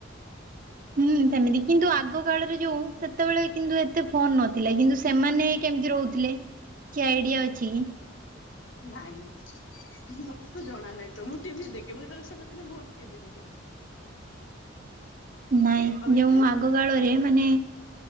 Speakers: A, on the right; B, on the left.
A: ହୁଁ ସେମିତି କିନ୍ତୁ ଆଗ କାଳରେ ଯୋଉ ସେତେବେଳେ କିନ୍ତୁ ଏତେ ଫୋନ ନଥିଲା କିନ୍ତୁ ସେମାନେ କେମିତି ରହୁ ଥିଲେ? କିଛି ଆଇଡ଼ିଆ ଅଛି କି?
B: ନାଇଁ ମତେ ତ ଜଣା ନହିଁ ତ ମୁଁ ଟିଭି ଦେଖେ ମୁଁ ଯେତେବେଳେ ଛୋଟ ଥିଲି ବହୁତ ଟିଭି ଦେଖେ।
A: ନାଇଁ
B: ଆଉ
A: ଯୋଉ
B: ଏବେ
A: ଆଗ କାଳରେ ମାନେ